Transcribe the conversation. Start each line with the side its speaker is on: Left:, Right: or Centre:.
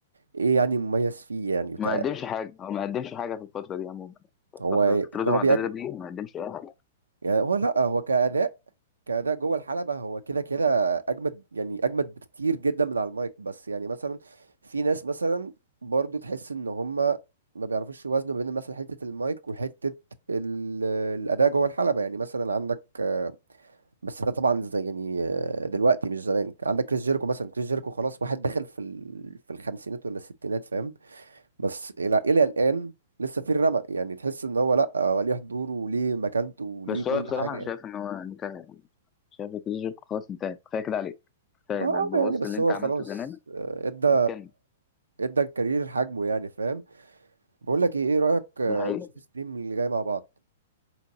Right: ايه يعني مميز فيه يعني ك
Left: ما قدمش حاجه هو ما قدمش حاجه في الفتره دي عموما الفترة
Right: هو إيه،
Left: فترته
Right: اللي هو
Left: مع
Right: بيقد
Left: الدوري ده ما قدمش اي حاجه
Right: يعني هو لا هو كأداء كأداء جوه الحلبة هو كده كده أجمد يعني أجمد بكتير جدا من على المايك بس يعني مثلا في ناس مثلا برضو تحس إن هما ما بيعرفوش يوازنوا بين مثلا حتة المايك وحتة ال- الأداء جوه الحلبة يعني مثلا عندك آه، بس ده طبعا زي يعني آه، دلوقتي مش زمان عندك كريس جيريكو مثلا كريس جيريكو خلاص واحد داخل في ال... في الخمسينات ولا الستينات فاهم بس إلى إلى الآن لسه في الرمق يعني تحس إن هو لأ هو ليه حضوره وليه مكانته وليه
Left: بس
Right: كل
Left: هو بصراحه
Right: حاجة
Left: انا شايف ان هو انتهى شايف الكارير خلاص انتهى كفايه كده عليك كفايه
Right: ما آه
Left: ما تبوظش
Right: يعني بس
Left: اللي انت
Right: هو
Left: عملته
Right: خلاص
Left: زمان
Right: آه، ادى
Left: وتكمل
Right: ادى الكارير حجمه يعني فاهم بقول لك ايه ايه رأيك آه،
Left: ده حقيقي
Right: نشوف ستريم اللي جاي مع بعض